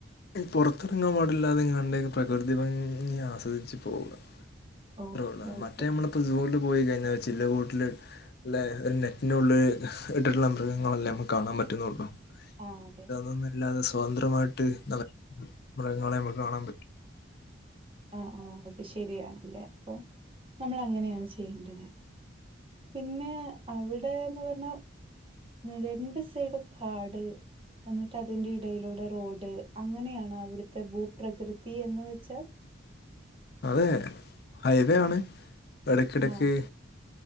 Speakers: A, on the left; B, on the right.
A: പുറത്തിറങ്ങാൻ പാടില്ലാതങ്ങണ്ട് പ്രകൃതി ഭംഗി ആസ്വദിച്ച് പോവുക അത്രേള്ള്
B: ഓക്കെ ഓക്കെ
A: മറ്റേ നമ്മളിപ്പോ സൂൽ പോയി കഴിഞ്ഞാ ചില്ല് കൂട്ടില് ല്ലെ ഒരു നെറ്റിനുള്ളിൽ ഇട്ടിട്ടുള്ള മൃഗങ്ങളല്ലേ നമുക്ക് കാണാൻ പറ്റുന്നുള്ളൂ.
B: ആ അതെ
A: തതൊന്നൊല്ലാതെ സ്വതന്ത്രമായിട്ട് ന മൃഗങ്ങളെ നമുക്ക് കാണാൻ പറ്റും.
B: ആഹ് ആഹ് അത് ശരിയാണല്ലേ അപ്പൊ നമ്മളങ്ങനെയാണ് ചെയ്യേണ്ടത്. പിന്നെ അവിടെന്ന് പറഞ്ഞാ രണ്ട് സൈഡും കാട്. വന്നിട്ട് അതിന്റെ ഇടയിലൂടെ റോഡ് അങ്ങനെയാണോ അവിടുത്തെ ഭൂപ്രകൃതി എന്ന് വെച്ചാൽ?
A: അതെ ഹൈവേ ആണ് ടക്കിടക്ക്
B: ആഹ്